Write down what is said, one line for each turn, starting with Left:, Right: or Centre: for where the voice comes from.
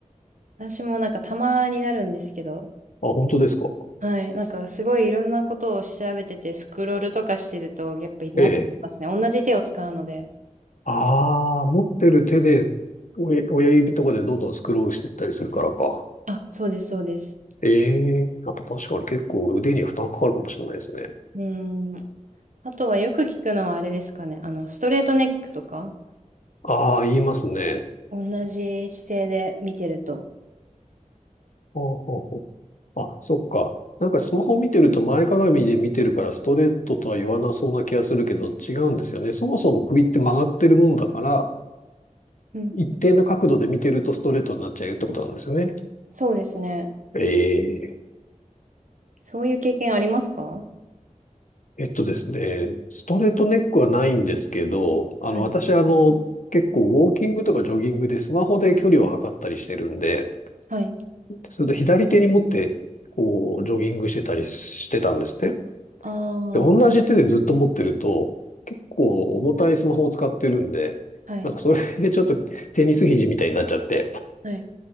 Right: 私もなんかたまになるんですけど、
Left: あ、本当ですか。
Right: はい。なんかすごいいろんなことを調べてて、スクロールとかしてると、やっぱりなってますね。
Left: ええ。
Right: 同じ手を使うので。
Left: ああ、持ってる手で親、親指とかでどんどんスクロールしていったりするからか。
Right: あ、そうです、そうです。
Left: ええ。やっぱ確かに結構腕には負担かかるかもしれないですね。
Right: うーん。あとはよく聞くのはあれですかね。あの、ストレートネックとか、
Left: ああ、言いますね。
Right: 同じ姿勢で見てると。
Left: ほうほうほう。あ、そっか。なんかスマホ見てると前かがみで見てるからストレートとは言わなそうな気がするけど違うんですよね。そもそも首って曲がってるもんだから、
Right: うん。
Left: 一定の角度で見てるとストレートになっちゃうってことなんですよね。
Right: そうですね。
Left: ええ。
Right: そういう経験ありますか
Left: えっとですね、ストレートネックはないんですけど、あの、
Right: はい。
Left: 私あの、結構ウォーキングとかジョギングでスマホで距離を測ったりしてるんで、
Right: はい。
Left: それと左手に持って、こう、ジョギングしてたりしてたんですね。
Right: あ
Left: で、同じ手でずっと持ってると、
Right: あ、
Left: 結構重たいスマホを使ってるんで、
Right: はい。
Left: なんかそれでちょっとテニス肘みたいになっちゃって。
Right: はい。